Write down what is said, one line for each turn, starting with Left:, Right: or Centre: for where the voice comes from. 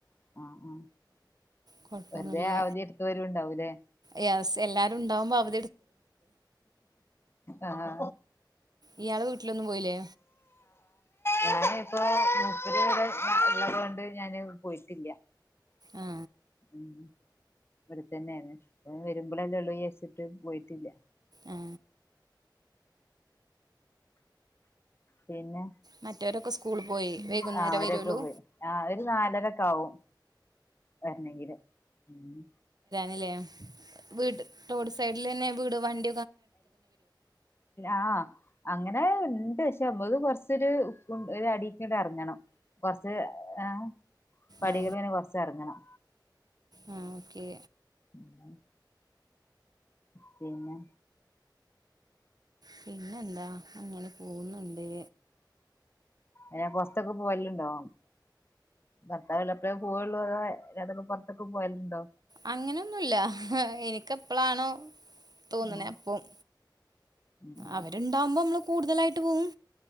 Left: ഉ
Right: കൊഴപ്പൊന്നുല്ല
Left: വെറുതെ അവധി എടുത്ത വരുും ഉണ്ടാവല്ലേ
Right: യെസ് എല്ലാരും ഉണ്ടാവുമ്പോ അവ
Left: ആഹ
Right: ഇയാള്െ വീട്ടിലൊന്നും പോയില്ലേ
Left: ഞാന ഇപ്പോൊ മുൂപ്പ രപൂടെ ഉള്ളത് കൊൊണ്ട് ഞാാന് പോയിട്ടില്ല
Right: ആ
Left: ഉ ഇവിടെത്തന്നെയാണ് വരുമ്പോഴല്ല ഉള്ളൂ ചച്ചിട്ട് പോയിട്ടില്ല
Right: ആ
Left: പിന്നെ
Right: മറ്റവരൊക്കെ സ്കൂളിൽ പോയി വൈകുന്നേരം
Left: ആഹ ഒരൊക്കെ
Right: വരുള്ളൂ
Left: പോയി ആ ഒരു നാലരക്കെ ആവുംും വരണെങ്കില് ഉ
Right: ല്ലേ വീട് റോഡ് സൈഡിൽ തന്നെ വീട് വണ്ട
Left: ആ അങ്ങനെ അങ്ങനെ ഉണ്ട് പക്ഷെ അത് കൊറച്ചൊരു ഉ അടക്കണ്ട് അറങ്ങണം കൊറച്ച് ആ പടികൾ
Right: ആ
Left: പിനെ കൊറച്ച് ഇറങ്ങണം
Right: ആ ഓക്കേ
Left: ഉം പിന്നെ
Right: പിന്നെന്താ അങ്ങനെ പോകുന്നുണ്ട്
Left: ഉ ഭത്തൊക്കെ പോ വല്ലുണ്ടോ ഭർത്താവവിില എപ്പഴേ പോവുള്ളൂ അ അ അതൊക്കെറത്തക്ക പോയലുണ്ടോ
Right: അങ്ങനെയൊന്നുമല്ല എനിക്ക എപ്പളാണോ തോന്നണേ
Left: ഉം
Right: അപ്പം
Left: ഉം ഉം
Right: അവരുണ്ടാവുമ്പോ നമ്മള് കൂടുതലായിട്ട് പോകും